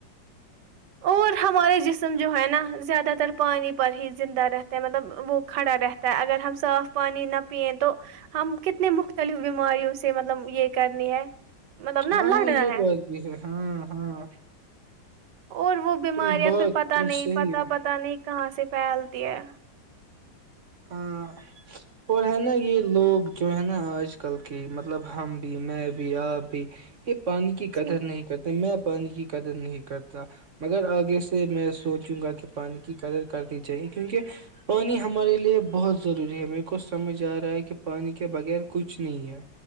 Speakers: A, on the right (about 70°); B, on the right (about 50°).
A: اور ہمارے جسم جو ہے نا زیادہ تر پانی پر ہی زندہ رہتا ہیں مطلب وہ کھڑا رہتا ہے اگر ہم صاف پانی نہ پیئیں تو ہم کتنے مختلف بیماریوں سے مطلب یہ کرنی ہے مطلب نا
B: ہاں
A: لڑنا
B: یہ
A: ہے
B: بات بھی ہے ہاں ہاں
A: اور وہ بیماریاں
B: تم بہت
A: پھر پتاہ
B: تم
A: نہیں
B: صحیح
A: پتا
B: ہو
A: پتہ نہیں کہاں سے پھیلتی ہے
B: ہاں اور ہے نا یہ لوگ جو ہے نا آج کل کے مطلب ہم بھی میں بھی آپ بھی یہ پانی کی قدر
A: جی
B: نہیں کرتے میں پانی کی قدر نہیں کرتا مگر آگے سے میں سوچوں گا کہ پانی کی قدر کرنی چاہیے کیونکہ پانی ہمارے اس لیے بہت ضروری ہے میرے کو سمجھ آ رہا ہے کہ پانی کے بغیر کچھ نہیں ہے